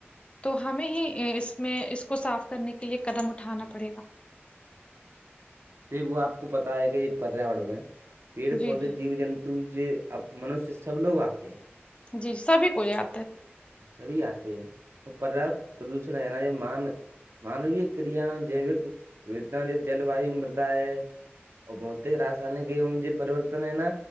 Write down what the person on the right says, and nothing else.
دیکھو آ کو پتا ہے کہ یہ پریاور میں پیڑ
پودے
جیو جنت تو یہب منوشیہ سب لوگ آتے ہیں
سبھی آتے ہیں اور پر پردوشن ہے نا یہ مان مانوی کریاں جیوک ود جیسے جلویو مردا ہے اور بہت راائن کے جو پریورتن ہے نا